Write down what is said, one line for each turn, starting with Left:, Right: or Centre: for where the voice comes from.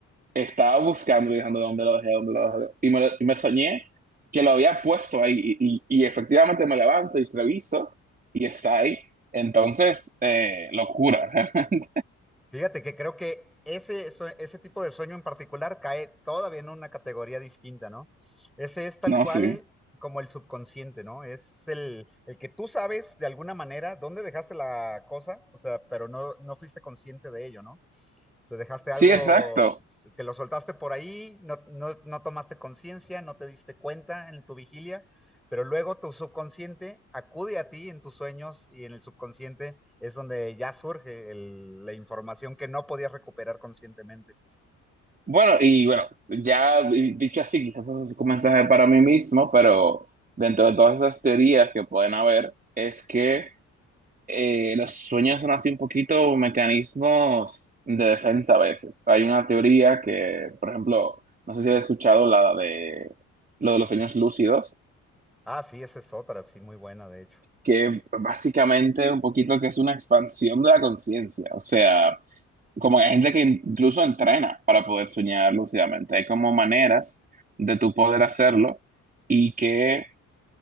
Right: estaba buscando, y dejando dónde lo dejé, dónde lo dejé. Y me, lo- y me soñé que lo había puesto ahí. Y, y- y efectivamente me levanto y reviso y está ahí. Entonces, eh, locura. <laughs>
Centre: Fíjate que creo que ese, sue- ese tipo de sueño en particular cae todavía en una categoría distinta, ¿no? Ese es tal
Right: No,
Centre: cual
Right: sí.
Centre: como el subconsciente, ¿no? Es el, el que tú sabes de alguna manera dónde dejaste la cosa, o sea, pero no, no fuiste consciente de ello, ¿no? O sea, dejaste algo
Right: Sí, exacto.
Centre: que lo soltaste por ahí, no, no, no tomaste conciencia, no te diste cuenta en tu vigilia pero luego tu subconsciente acude a ti en tus sueños y en el subconsciente es donde ya surge el- la información que no podías recuperar conscientemente.
Right: Bueno, y bueno, ya dicho así, quizás eso es un mensaje para mí mismo, pero dentro de todas esas teorías que pueden haber, es que eh, los sueños son así un poquito mecanismos de defensa a veces. Hay una teoría que, por ejemplo, no sé si has escuchado la de lo de los sueños lúcidos,
Centre: Ah, sí, esa es otra, sí, muy buena, de hecho.
Right: que básicamente un poquito que es una expansión de la conciencia. O sea, como hay gente que incluso entrena para poder soñar lúcidamente. Hay como maneras de tu poder hacerlo y que